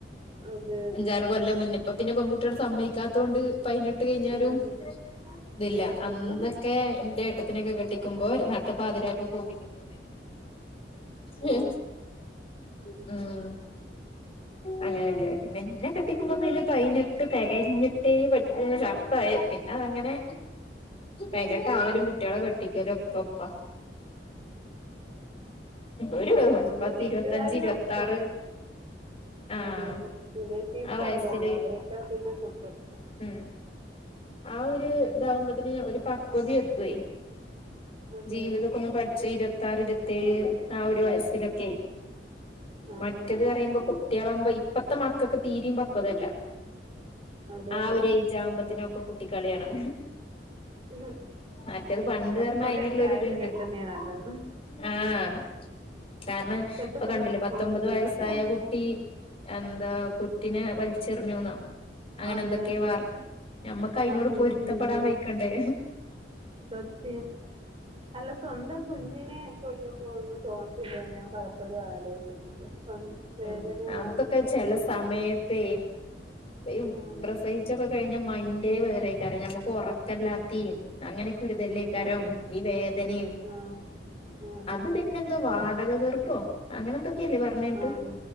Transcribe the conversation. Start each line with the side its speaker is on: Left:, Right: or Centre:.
Right: അതെ അതെ
Left: അഞ്ചാറ് കൊല്ലം മുന്ന് ഇപ്പം പിന്നെ പെൺകുട്ടിള് സമ്മതിക്കാത്തോണ്ട് പയ്ന ട്ട് കഴിഞ്ഞാലും
Right: ഉം.
Left: ഇതില്ല.
Right: കുഴപ്പമില്ല
Left: അന്നൊക്കെ ഇന്റെ ഏട്ടത്തിനൊക്കെ കെട്ടിക്കുമ്പോ നട്ട പാതിരാക്ക് കൂട്ടിക്കൊണ്ടുപോവെ യെസ്.
Right: ആ,
Left: മ്ഹ് അങ്ങനൊക്കെ. പിന്നെ എന്നെ കെട്ടിക്കുമ്പോ പിന്നെ പയിനെട്ട് തെകഞ്ഞിട്ടേ പറ്റ് <unintelligible> ചർത്തായി പിന്നെ അതങ്ങനെ പയിനെട്ടാവലും
Right: ആ, ആ.
Left: കുട്ടികളെ കെട്ടിക്കലും ഒക്കെ ഒപ്പാ. ഒരു
Right: നമ്മള്
Left: പത്ത്
Right: വീട്ടുകാര്
Left: ഇരുപത്തഞ്ച് ഇരുപത്താറ്
Right: മതി കൊറെ
Left: ആഹ്
Right: അതേലെ റിലേറ്റീവ്സ്
Left: ആ വയസ്സില്
Right: ഒണ്ടല്ലോ അവരൊക്കെ പിന്നെ കുത്തും.
Left: ഉം ആ ഒരു ഇതാവുമ്പോത്തേന് ഒരു പക്വത എത്തുവേ.
Right: അതെ
Left: ജീവിതൊക്കെ
Right: അതെ
Left: ഒന്ന് പഠിച്ച് ഇരു പത്താറ് ഇരുപത്തേഴ് ആ ഒരു വയസ്സിലൊക്കെ.
Right: ആണാണ്
Left: മറ്റത് പറയുമ്പോ കുട്ടികളാകുമ്പോ ഇപ്പത്തെ മക്കക്ക് തീരേം പക്വത ഇല്ല.
Right: അതെ
Left: ആ
Right: അതെ
Left: ഒരു ഏയ്ജ് ആവുമ്പഴുത്തേനും ഒക്കെ കളിയാണ്.
Right: ഉം.
Left: മറ്റേത് പണ്ട്
Right: പക്വതയൊക്കെ
Left: പറഞ്ഞാ അതിന് ഒള്ള ഒരിതിണ്ട്.
Right: ആയിട്ട് കെട്ടുന്നേ നല്ലത്
Left: ആഹ് കാരണം
Right: ഇപ്പോഴത്തെ
Left: ഇപ്പൊ
Right: പിള്ളേർ
Left: കണ്ടില്ലേ പത്തൊമ്പത്
Right: ഉള്ള കുട്ടിക്കളിയാ
Left: വയസ്സായ കുട്ടി എന്താ കുട്ടിനെ വലിച്ചെറിഞ്ഞൂന്നോ അങ്ങനെ
Right: അതെ
Left: എന്തൊക്കെയോ
Right: അതെ
Left: വാർ ഞമ്മക്ക് അയിനോട്
Right: ആ പിഞ്ചു
Left: പൊരുത്തപ്പെടാൻ
Right: കുഞ്ഞിന്
Left: വെയ്ക്കണ്ടേ?
Right: സത്യം അല്ല സ്വന്തം കുഞ്ഞിനെ നെ കൊല്ലുമ്പോ ഒന്നും തോന്നത്തില്ലേന്ന് ഞാൻ പലപ്പോഴും ആലോചിച്ചിട്ടുണ്ട്. സ്വ വേദന
Left: ഉം അന്തൊക്കെ
Right: അറിഞ്ഞ് പ്രസവിച്ചിട്ട്
Left: ചില സമയത്തെ യും
Right: ആണ്
Left: പ്രസവിച്ചൊക്കെ കഴിഞ്ഞ മൈൻ്റേ വേറെ <unintelligible> ക്കാറ് നമുക്ക് ഉറക്കല്ലാത്തേം അങ്ങനെക്കൊരുതല്ലേ കാരം
Right: അതെ
Left: ഈ വേദനയും
Right: ആഹ് അതെ
Left: അത് പിന്നെന്തോ വാടക ഗർഭോ അങ്ങനെ എന്തൊക്കെയല്ലേ പറഞ്ഞ് കേട്ട്.
Right: ആഹ്